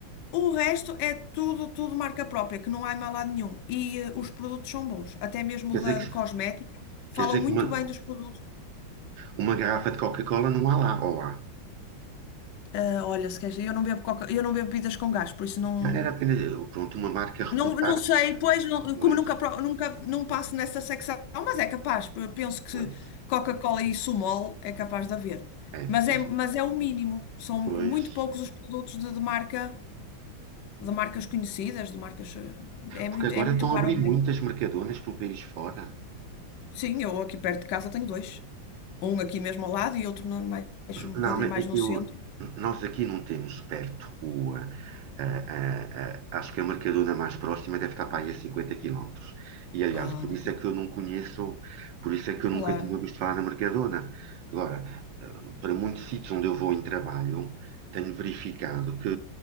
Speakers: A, on the left; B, on the right.
A: O resto é tudo, tudo marca própria, que não há em mais lado nenhum. E eh, os produtos são bons, até mesmo
B: quer dizer
A: da,
B: que,
A: de cosmética.
B: quer
A: Falam
B: dizer
A: muito
B: que uma,
A: bem dos produtos.
B: uma garrafa de Coca-Cola não há lá, ou há.
A: Ah, olha, se queres, eu não bebo coca, eu não bebo bebidas com gás, por isso não,
B: Era apenas, pronto, uma marca reputada.
A: Não, não sei, pois, não-
B: Pois,
A: como nunca, pro- nunca não passo nessa secção, mas é capaz, eu penso que
B: pois,
A: Coca-Cola e Sumol é capaz de haver.
B: é,
A: Mas
B: porque
A: é,
B: isto-
A: mas é o mínimo, são muito
B: pois.
A: poucos os produtos de, de marca, de marcas conhecidas, de marcas, eh, é muito,
B: Porque agora
A: é muito
B: estão
A: raro
B: a abrir
A: ver.
B: muitas mercadonas pelo país fora.
A: Sim, eu aqui perto de casa tenho dois, um aqui mesmo ao lado e outro no- mais um
B: Não,
A: bocadinho
B: mas
A: mais no
B: eu,
A: centro.
B: nós aqui não temos perto o. ah, ah, ah, ah, acho que a Mercadona mais próxima deve estar para aí a 50 quilómetros. E aliás,
A: Ah,
B: por
A: ok.
B: isso é que eu não conheço, por isso é que eu nunca
A: Claro.
B: tinha ouvido falar na Mercadona. Agora, ah, para muitos sítios onde eu vou em trabalho, tenho verificado que